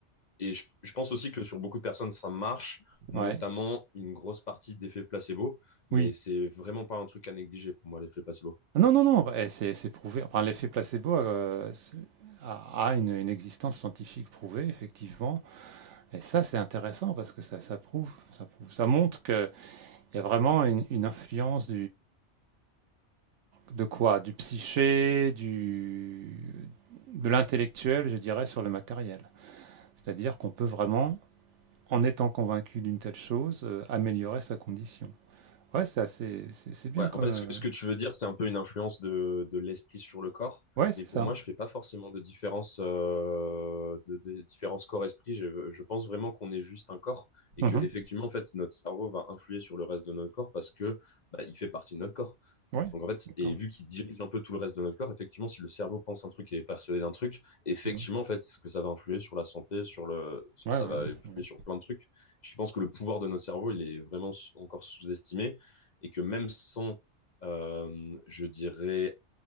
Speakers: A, on the left; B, on the right.
A: et je, je pense aussi que sur beaucoup de personnes, ça marche, notamment
B: ouais,
A: une grosse partie d'effet placebo, mais
B: oui.
A: c'est vraiment pas un truc à négliger pour moi, l'effet placebo.
B: Ah Non, non, non, bah, eh, c'est c'est prouvé. Enfin, l'effet placebo euh, c'est- a, a une, une existence scientifique prouvée, effectivement. Et ça, c'est intéressant parce que ça, ça prouve, ça prouve, ça montre qu'il y a vraiment une, une influence de quoi? Du psyché, du... de l'intellectuel, je dirais, sur le matériel. C'est-à-dire qu'on peut vraiment, en étant convaincu d'une telle chose, euh, améliorer sa condition. Ouais, c'est assez, c'est c'est bien
A: Ouais,
B: comme.
A: en fait,
B: euh,
A: ce que, ce que tu veux dire, c'est un peu une influence de, de l'esprit sur le corps,
B: Ouais, c'est
A: mais pour
B: ça.
A: moi, je fais pas forcément de différence, euh, de, de différence corps-esprit. Je, je pense vraiment qu'on est juste un corps et
B: Mhm.
A: que effectivement, en fait, notre cerveau va influer sur le reste de notre corps parce que bah, il fait partie de notre corps.
B: Ouais,
A: Donc en fait,
B: d'accord.
A: et vu qu'il dirige un peu tout le reste de notre corps, effectivement, si le cerveau pense un truc et est persuadé d'un truc, effectivement,
B: Mhm.
A: en fait, ce que ça va influer sur la santé, sur le,
B: Ouais,
A: ça
B: ouais,
A: va influer
B: ouais.
A: sur plein de trucs. Je pense que le pouvoir de notre cerveau, il est vraiment encore sous-estimé et que même sans, euh, je dirais,